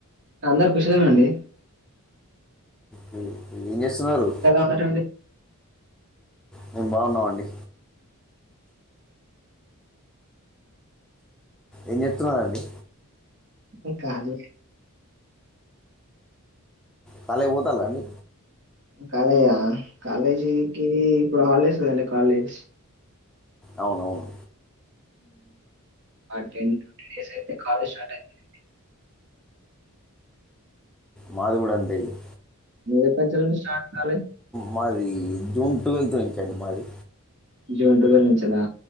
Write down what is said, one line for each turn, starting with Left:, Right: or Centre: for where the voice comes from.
Right: అందరు ఖుషాలమే మండి
Centre: హ ఏం చేస్తున్నారు
Right: ఉన్నారండి?
Centre: మేం బాగున్నావండి ఇనితున్నాదండి
Right: ఇ కాదు
Centre: కాలేజ్ పోతారాండి
Right: కాలేజ కాలేజీకి ఇప్పుడు హాలడేస్ కదండి కాలేజ్
Centre: అవునవును
Right: టెన్ ట్వంటీ డేస్ అయితే కాలేజ్ స్టార్ట్ అవుతుంది
Centre: మాది కూడా అంతే ఇగా
Right: మీది ఎప్పటి నుంచి స్టార్ట్ కాలేజ్
Centre: మాది జూన్ ట్వెల్త్ నుంచండి మాది
Right: జూన్ టువెల్వ్ నుంచెలా